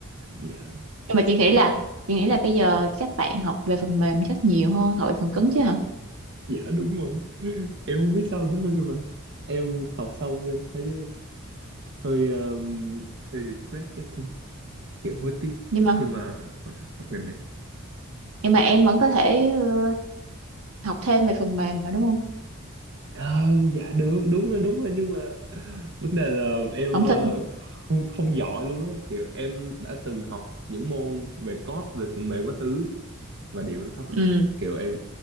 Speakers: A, on the right; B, on the right.
A: dạ,
B: nhưng mà chị nghĩ là chị nghĩ là bây giờ các bạn học về phần mềm chắc nhiều hơn học về phần cứng chứ hả
A: dạ đúng rồi. <laughs> Em không biết sao nữa nhưng mà em học xong em thấy hơi um, hơi regret cái thứ kiểu hối tiếc
B: nhưng mà
A: khi mà hồi đó học ngành này.
B: nhưng mà em vẫn có thể ờ, học thêm về phần mềm mà đúng không
A: Ờ, dạ được, đúng rồi, đúng rồi nhưng mà vấn đề là em
B: không
A: ờ,
B: thích
A: không không giỏi luôn á, kiểu em đã từng học những môn về code, về phần mềm các thứ và điểm em thấp lắm
B: ừ
A: chị. Kiểu em